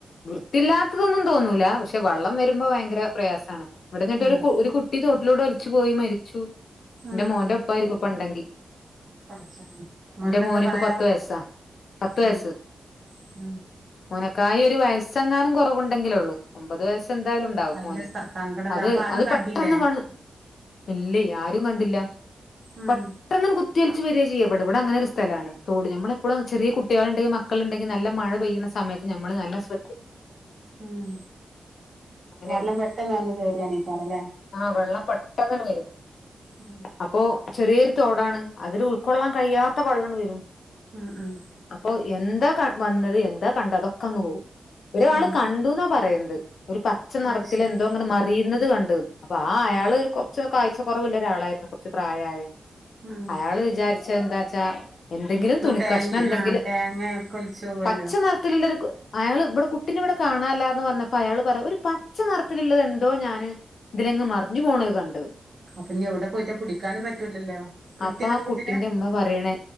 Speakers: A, on the left (about 65°); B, on the right (about 40°).
A: വൃത്തില്ലാത്തതൊന്നും തോന്നൂല പഷേ വള്ളം വരുമ്പോ ഭയങ്കര പ്രയാസാണ് വടെ ങ്ങൻതൊരു
B: ആഹ്
A: കു ഒരു കുട്ടി തോട്ടിലൂടെ ഒലിച്ച് പോയി മരിച്ചു
B: ആഹ്
A: ന്റെ മോന്റെ ഒപ്പായിരിക്കുംപണ്ടെങ്കി
B: പടച്ചോനെ മോൻക്കെന്താ
A: മോന്
B: പ്രായം
A: ഇപ്പ പത്ത് വയസ്സാ പത്ത് വയസ്സ്
B: ഉം ഉം
A: മോനക്കായി ഒരു വയസ്സെങ്ങാനും കൊറവുണ്ടെങ്കിലേ ഒള്ളൂ ഒമ്പത് വയ എന്തായാലും ഉണ്ടാവും
B: അയിന്റെ
A: മോന്
B: സങ്കടം എന്താ
A: അത്
B: അപ്പൊ ആരും
A: അത്
B: കണ്ടീല്ലേ
A: പെട്ടെന്ന് വ ഇല്ല്യയ് ആരും കണ്ടില്ല
B: ഉം
A: പെട്ടെന്ന് കു കുത്തിയൊലിച്ച് വരാ ചെയ്യാ ഇവട ഇവടെ അങ്ങനെ ഒരു സ്ഥലമാണ് തോട് നമ്മളിപ്പോ ചെറിയ കുട്ടികളുണ്ടെങ്കി മക്കളുണ്ടെങ്കി നല്ല മഴ പെയ്ണ സ സമയത്ത് ഞമ്മള് നല്ല ശ്രദ്ധി
B: ഉം
A: അങ്ങനേണ്
B: വെള്ളം പെട്ടെന്ന് വന്ന് കേറാണേക്കാരല്ലേ
A: ആഹ് വെള്ളം പെട്ടന്ന്ങ്ങട്ട് വരും
B: ഉം
A: അപ്പൊ ചെറിയൊരു തോടാണ് അതില് ഉൾക്കൊള്ളാൻ കഴിയാത്ത വള്ളണ് വരും
B: ഉം ഉം
A: അപ്പൊ എന്താ ക വന്നത് എന്താ കണ്ടഅതൊക്കെ അങ്ങ് പോവും ഒരാള്
B: ഉം
A: കണ്ടുന്നാ പറയുന്നത് ഒരു പച്ച നെറത്തില്
B: അത് ശരി
A: എന്തോ ങ്ങട് മറിയുന്നത് കണ്ട് അപ്പൊ ആ അയാള്
B: ഉം
A: കൊർച്ച് കാഴ്ച കൊ കൊറവില്ല ഒരാളായിരുന്നു കൊർച്ച് പ്രായായ
B: ഉം
A: അയാള് വിചാരിച്ച എന്താ വച്ചാ എന്തെങ്കിലും തുണികഷ്ണം
B: തേങ്ങ
A: എന്തെങ്കിലും
B: ആ തേങ്ങ ഒക്കെ ഒലിച്ചു പോവല്ലോ
A: പച്ച നിറത്തിലുള്ളൊരു അയാൾ ഇവിടെ കു കുട്ടിനെവിടെ കാണാൻല്ലാന്ന് വന്നപ്പോ അയാള് പറയാ ഒരു പച്ച നിറത്തിലുള്ളത് എന്തോ ഞാന് ഇതിലങ്ങ് മറിഞ്ഞു പോണ ത് കണ്ടു
B: അപ്പൊഞ്ഞി എവിടെ പോയിട്ടാ പിടിക്കാനും പറ്റൂലല്ലോ കിട്ടി
A: അപ്പാ
B: എന്നിട്ട്
A: കുട്ടിന്റെ
B: കുട്ടിനെ
A: ഇമ്മ പറയണേ